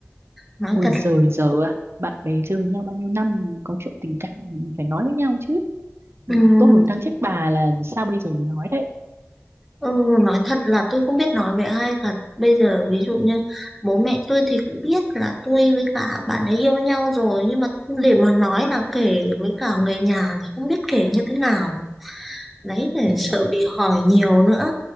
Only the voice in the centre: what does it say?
Nói
thật
là,
Ừ, nói thật là tôi không biết nói với ai thật bây giờ ví dụ như bố mẹ tôi thì cũng biết là tôi với cả bạn ấy yêu nhau rồi nhưng mà để mà nói là kể với cả người nhà thì không biết kể như thế nào đấy để
sợ bị hỏi nhiều nữa